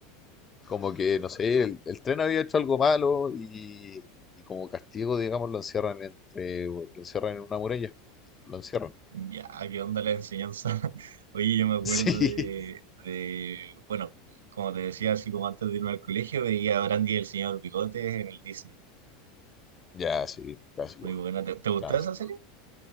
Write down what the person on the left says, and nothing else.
Como que, no sé, el, el tren había hecho algo malo y, y como castigo, digamos, lo encierran entre, lo encierran en una muralla. Lo encierran. <laughs>
Sí,
ya, sí, clásico,
clásico.